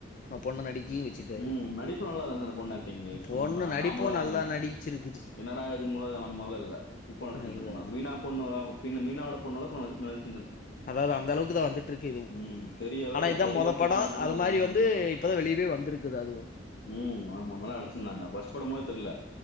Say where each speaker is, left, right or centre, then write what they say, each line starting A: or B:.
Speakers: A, on the left; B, on the left.
A: அவன் பொண்ணை நடிக்கையும் வச்சுட்டாரு
B: ம் நடிப்பு நல்லா இருன்ச்சு அந்த பொண் ஆக்டிங்கு சும்மா
A: பொண்ணு
B: த
A: நடிப்பும்
B: நார்மலா தான
A: நல்லா நடிச்சிருக்குது
B: என்னடா இதுனு மோதுனு அந்த மாரில இல்ல சூப்பரா நடிச்சிருந்த
A: அது
B: பொன்னு அ மீனாப் பொண்ணு ஓ அளவுக் இந்த மீனாவோட பொண்ணு அளவுக் அது நடிச்
A: அதாவ்து அந்த அளவுக்கு தா வந்துட்ருக்கு இதுவு
B: ம். தெறி அளவுக்கு
A: ஆனா இத்தா
B: தெறி
A: மொத
B: படத்துல
A: படோ
B: எப்படி நடிச்சிருக்கோ
A: அது
B: அதோட
A: மாரி வந்து இப் இப்பதா வெளியவே வந்திருக்குது அதுவு
B: ம் ஆமா நல்லா நடிச்சிருந்தாங்க ஃபஸ்ட்டு படமாரி தெர்ல